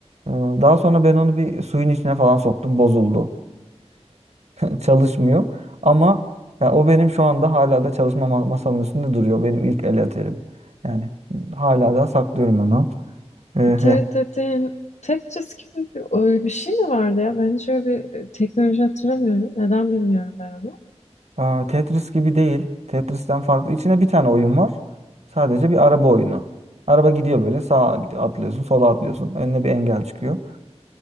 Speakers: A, on the right (about 70°); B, on the left (about 85°).
A: Ee, Daha sonra ben onu bir suyun içine falan soktum. Bozuldu. <laughs> Çalışmıyor. Ama ya o benim şu anda hala da çalışma ma- masamın üstünde duruyor. Benim ilk el aterim. Yani hala da saklıyorum onu. Ee,
B: Atari dediğin Tetris gibi bir, öyle bir şey mi vardı ya? Ben hiç öyle bir e, teknoloji hatırlamıyorum. Neden bilmiyorum ben onu.
A: Aa, Tetris gibi değil. Tetris'ten farklı. İçine bir tane oyun var. Sadece bir araba oyunu. Araba gidiyor böyle sağa gidiyor, atlıyorsun, sola atlıyorsun. Önüne bir engel çıkıyor.